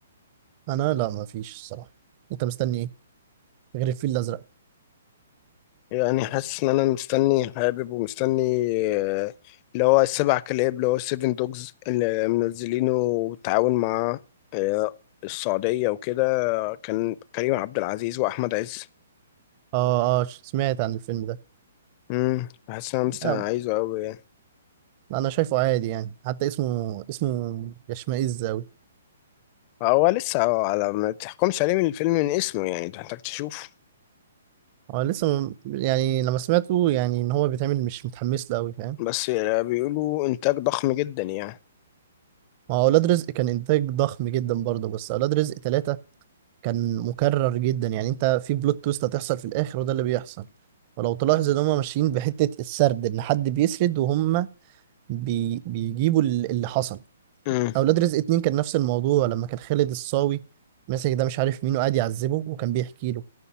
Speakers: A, on the right; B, on the left.
A: انا لا ما فيش الصراحه انت مستني ايه غير الفيل الازرق
B: يعني حاسس ان انا مستني حابب ومستني آه، اللي هو السبع كلاب اللي هو سيفن دوجز اللي منزلينه بالتعاون مع آه، السعودية وكده كان كريم عبد العزيز واحمد عز
A: اه اه ش- سمعت عن الفيلم ده
B: امم حاسس ان انا مستني
A: آه
B: عايزه قوي يعني
A: انا شايفه عادي يعني حتى اسمه اسمه يشمئز قوي
B: هو لسه على ما تحكمش عليه من الفيلم من اسمه يعني أنت محتاج تشوفه
A: هو لسه م- يعني لما سمعته يعني ان هو بيتعمل مش متحمس له قوي فاهم
B: بس آه، بيقولوا انتاج ضخم جدا يعني
A: ما هو اولاد رزق كان انتاج ضخم جدا برضه بس اولاد رزق ثلاثة كان مكرر جدا يعني انت في بلوت تويست هتحصل في الاخر وده اللي بيحصل ولو تلاحظ ان هم ماشيين بحتة السرد ان حد بيسرد وهم بي بيجيبوا ال- اللي حصل
B: امم
A: اولاد رزق اتنين كان نفس الموضوع لما كان خالد الصاوي ماسك ده مش عارف مين وقاعد يعذبه وكان بيحكي له